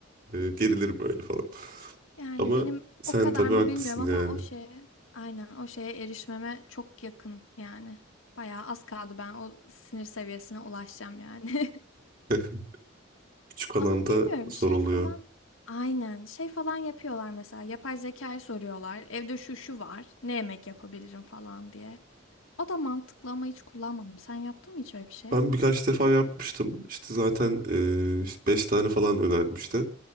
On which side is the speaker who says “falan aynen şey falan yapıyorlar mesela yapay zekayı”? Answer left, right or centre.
Left